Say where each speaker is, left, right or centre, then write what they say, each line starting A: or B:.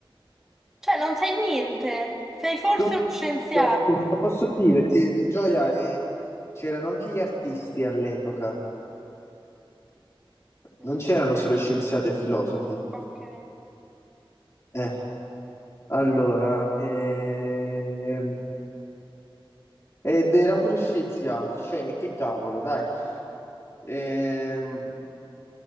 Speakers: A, in the centre; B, on the left.
A: cioè, non sai niente. Sei forse
B: Gioia,
A: uno scienziato.
B: Te lo posso dire, ti- Gioia, eh, c'erano anche gli artisti all'epoca,
A: Mm,
B: non c'erano solo scienziati e filosofi.
A: ok,
B: Eh, allora, ehm, ed era pure scienziati, cioè, che cavolo, dai. Ehm,